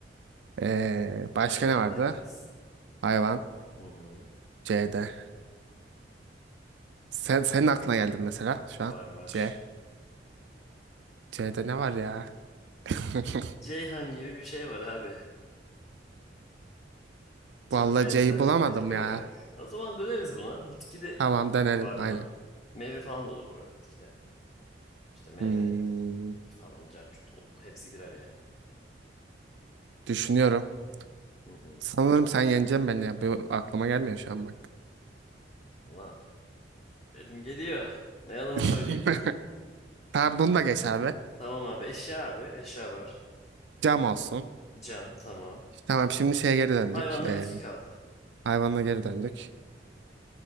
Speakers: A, on the right; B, on the left.
A: Ee, başka
B: Hayvandayız.
A: ne vardı? Hayvan.
B: Hı hı.
A: C'de. Sen, senin aklına geldi mesela şu
B: Var
A: an.
B: var.
A: C. C'de ne var ya? <laughs>
B: Ceyhan gibi bir şey var abi. Çok
A: Vallahi
B: benzer
A: C'yi bulamadım
B: lirik olarak.
A: ya.
B: O zaman döneriz buna. Bitki de
A: Tamam denelim.
B: var
A: Aynen.
B: mı? Meyve falan da olur bu arada bitkide. İşte meyve
A: Hmm,
B: falan, caccut o- hepsi girer yani.
A: düşünüyorum.
B: Hı hı.
A: Sanırım sen yeneceksin beni ya. Bu aklıma gelmiyor şu an bak.
B: Valla elim geliyor. Ne yalan
A: <laughs>
B: söyleyeyim.
A: Tamam bunu da geç abi.
B: Tamam abi eşya abi. Eşya var.
A: Cam olsun.
B: Cam tamam.
A: Tamam şimdi şeye geri döndük.
B: Hayvanla
A: Ee,
B: bitki kaldı.
A: hayvanla geri döndük.